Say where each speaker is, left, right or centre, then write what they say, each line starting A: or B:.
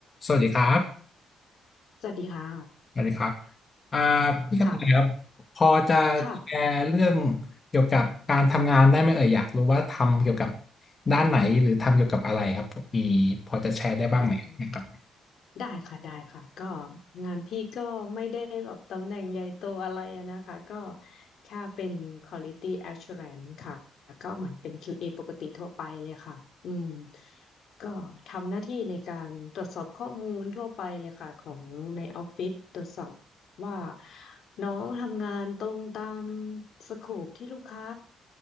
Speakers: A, on the left (about 30°); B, on the left (about 65°).
A: สวัสดีครับ
B: สวัสดีค่ะ
A: สวัสดีครับอ่าพี่กระต่ายครับพอจะแชร์เรื่อง
B: ค่ะ ค่ะ
A: เกี่ยวกับการทำงานได้ไหมเอ่ยอยากรู้ว่าทำเกี่ยวกับด้านไหนหรือทำเกี่ยวกับอะไรครับมีพอจะแชร์ได้บ้างไหมครับ
B: อืมได้ค่ะ ได้ค่ะ ก็งานพี่ก็ไม่ได้แบบตำแหน่งใหญ่โตอะไรอะนะคะ ก็แค่เป็น Quality Assurance ค่ะ ก็เหมือนเป็น QA ปกติทั่วไปเลยค่ะ อืม ก็ทำหน้าที่ในการตรวจสอบข้อมูลทั่วไปเลยค่ะของในออฟฟิศตรวจสอบ ว่าน้องทำงานตรงตามสโคปที่ลูกค้า